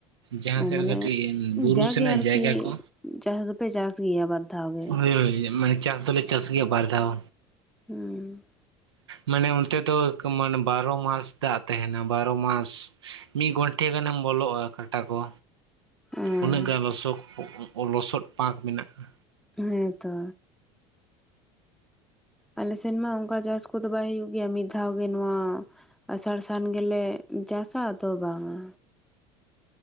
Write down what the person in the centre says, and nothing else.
ᱚ
ᱢᱟᱱᱮ
ᱡᱟᱜᱮ
ᱟᱨᱠᱤ
ᱪᱟᱥ ᱫᱚᱯᱮ ᱪᱟᱥ ᱜᱮᱭᱟ ᱵᱟᱨ ᱫᱷᱟᱣ ᱜᱮ
ᱦᱩᱸ᱾
ᱦᱮᱸ
ᱦᱮᱸ ᱛᱚ᱾ ᱟᱞᱮ ᱥᱮᱱ ᱢᱟ ᱚᱱᱠᱟ ᱪᱟᱥ ᱠᱚᱫᱚ ᱵᱟᱭ ᱦᱩᱭᱩᱜᱜ ᱜᱮᱭᱟ ᱢᱤᱫ ᱫᱷᱟᱣ ᱜᱮ ᱱᱚᱣᱟ᱾ ᱟᱥᱟᱲ ᱥᱟᱱ ᱜᱮᱞᱮ ᱪᱟᱥᱟ ᱟᱫᱚ ᱵᱟᱝᱟ᱾